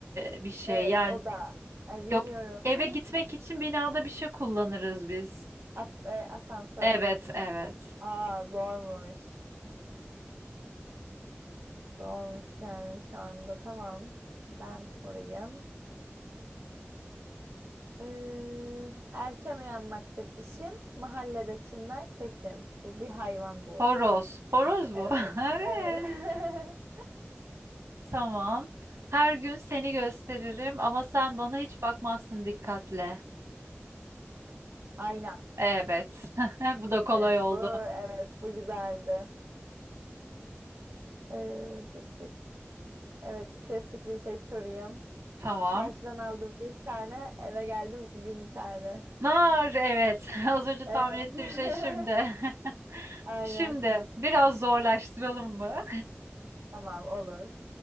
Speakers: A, on the right (about 80°); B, on the right (about 70°).
A: e, bir şey
B: Ev,
A: yani.
B: oda. Ay bilmiyorum.
A: Yok eve
B: <laughs>
A: gitmek için binada bir şey kullanırız biz.
B: Ap- e, asansör.
A: Evet evet.
B: Aa zormuş. Zormuş yani şu anda. Tamam. Ben sorayım. Ee, erken uyanmaktır işim, mahallede çınlar sesim. Bu bir hayvan bu
A: Horoz.
B: arada.
A: Horoz
B: Evet,
A: bu. <laughs> Evet.
B: evet. <laughs>
A: Tamam. Her gün seni gösteririm ama sen bana hiç bakmazsın dikkatle.
B: Ayna.
A: Evet. <laughs> Bu da kolay
B: Evet,
A: oldu.
B: bu evet bu güzeldi. Ee, tıt tıt. Evet, klasik bir şey sorayım.
A: Tamam.
B: Çarşıdan aldım bir tane, eve geldim bin tane.
A: Nar evet. <laughs> Az önce
B: Evet.
A: tahmin ettiğim
B: <laughs>
A: şey şimdi. <laughs>
B: Aynen.
A: Şimdi biraz zorlaştıralım mı?
B: Tamam, olur.